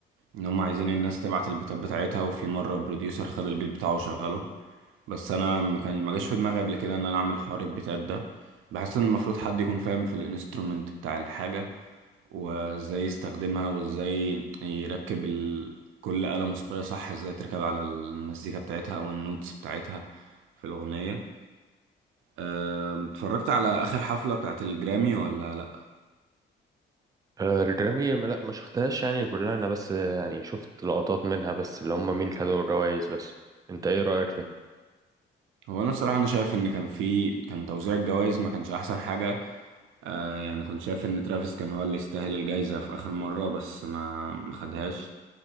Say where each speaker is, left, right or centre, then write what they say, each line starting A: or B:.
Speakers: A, on the right; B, on the right.
A: ان هم عايزين الناس تبعت البيتات بتاعتها وفي مره بروديوسر خد البيت بتاعه وشغله بس انا ما كان ما جاش في دماغي قبل كده ان انا اعمل حوار البيتات ده بحس ان المفروض حد يكون فاهم في الانسترومنت بتاع الحاجه وازاي يستخدمها وازاي يركب ال... كل آلة موسيقية صح ازاي تركب على المزيكا بتاعتها او النوتس بتاعتها في الأغنية أم، اتفرجت على آخر حفلة بتاعت الجرامي ولا لأ؟
B: آه، الجرامي ما- لا ما شفتهاش يعني كلها انا بس آه، يعني شفت لقطات منها بس اللي هم مين خدوا الجوائز بس انت ايه رايك فيه
A: هو أنا بصراحة أنا شايف إن كان في كان توزيع الجوائز ما كانش أحسن حاجة آه يعني كنت شايف ان ترافيس كان هو اللي يستاهل الجايزة في اخر مرة بس ما ما خدهاش